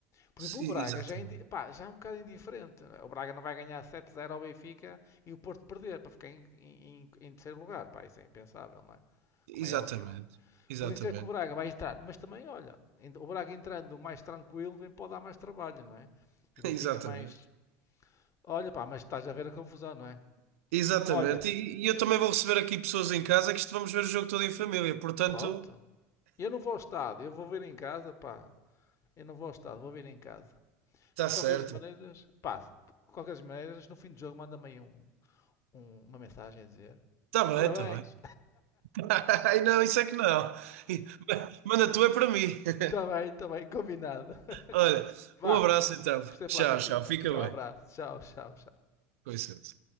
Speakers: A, on the left (about 40°); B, on the right (about 70°).
A: Por
B: Sim,
A: exemplo, o Braga
B: Exatamente,
A: já é, indi- pá, já é um bocado indiferente. O Braga não vai ganhar sete a zero ao Benfica e o Porto perder para ficar em, em- em terceiro lugar. Pá, isso é impensável, não é?
B: exatamente,
A: Como é óbvio, não é?
B: exatamente,
A: Por isso é que o Braga vai entrar. Mas também, olha, ent- o Braga entrando mais tranquilo também pode dar mais trabalho, não é? E
B: <laughs>
A: o Benfica
B: exatamente,
A: mais Olha, pá, mas estás a ver a confusão, não é?
B: exatamente.
A: Olha,
B: E, e eu também vou receber aqui pessoas em casa que isto vamos ver o jogo todo em família, portanto,
A: pronto. Eu não vou ao estado, eu vou vir em casa, pá. Eu não vou ao estado, vou vir em casa.
B: está
A: Mas de
B: certo,
A: qualquer das maneiras, pá, de qualquer das maneiras, no fim do jogo manda-me aí um- um- uma mensagem a dizer:
B: está bem,
A: Parabéns,
B: está bem. <laughs> Ai, não, isso é que não. Manda tu é para mim. <laughs>
A: está bem, está bem, combinado. <laughs>
B: Olha,
A: Vá,
B: um abraço então.
A: gostei
B: Tchau,
A: de falar contigo,
B: tchau.
A: pá.
B: Fica
A: Tchau,
B: bem.
A: abraço, tchau, tchau, tchau.
B: Com licença.